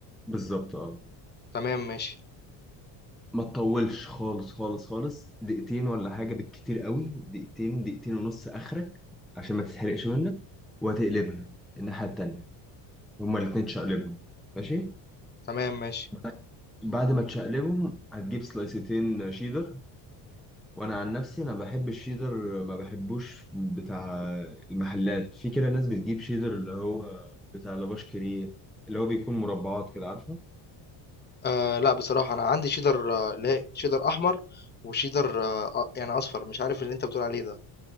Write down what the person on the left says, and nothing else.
تمام ماشي
تمام ماشي
آه لا بصراحة أنا عندي شيدر آه، اللي هي شيدر أحمر وشيدر آه آه، يعني أصفر مش عارف اللي أنت بتقول عليه ده